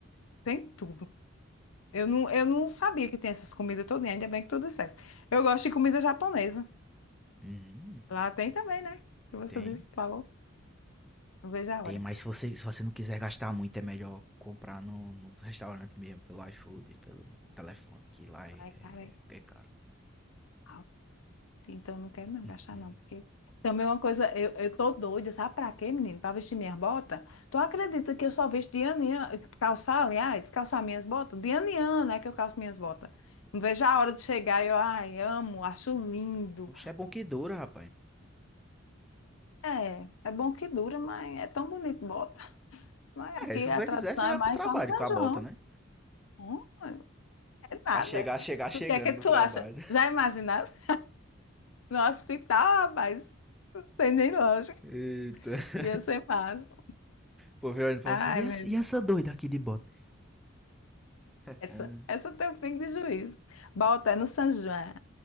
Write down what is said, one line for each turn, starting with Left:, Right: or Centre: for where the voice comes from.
Left: tem tudo? Eu não, eu não sabia que tem essas comidas todas, ainda bem que tu disseste. Eu gosto de comida japonesa.
Centre: Hum,
Left: Lá tem também, né? Que você
Centre: tem.
Left: disse, falou. Não vejo a
Centre: Tem,
Left: hora.
Centre: mas se você, se você não quiser gastar muito, é melhor comprar no, no restaurante mesmo, pelo iFood, pelo telefone, que lá é,
Left: Ai,
Centre: é,
Left: cara, é
Centre: é caro.
Left: alto. Então eu não quero não gastar,
Centre: Hum.
Left: não. Porque também é uma coisa, eu, eu tô doida, sabe pra quê, menino? Pra vestir minhas botas? Tu acredita que eu só visto de ano em ano, calçar, aliás, calçar minhas botas? De ano em ano é que eu calço minhas botas. Não vejo a hora de chegar eu, ai, amo, acho lindo.
Centre: Poxa, é bom que dura, rapaz.
Left: É, é bom que dura, mas é tão bonito, bota. <laughs> Mas aqui
Centre: É, se
Left: a
Centre: você
Left: tradição
Centre: quiser, você vai
Left: é mais
Centre: pro trabalho
Left: só no São
Centre: com a
Left: João.
Centre: bota, né?
Left: Hum, é nada.
Centre: Pra chegar, chegar chegando
Left: Tu o que é que
Centre: no
Left: tu
Centre: trabalho.
Left: acha? Já imaginaste? No hospital, rapaz, não tem nem lógica.
Centre: <laughs> Eita.
Left: Ia ser massa.
Centre: Pô, vem olhando pra
Left: Ai,
Centre: você. E essa,
Left: meu
Centre: e
Left: Deus.
Centre: essa doida aqui de bota? Ah,
Left: Essa, essa tem um pingo de juízo. Bota, é no São João.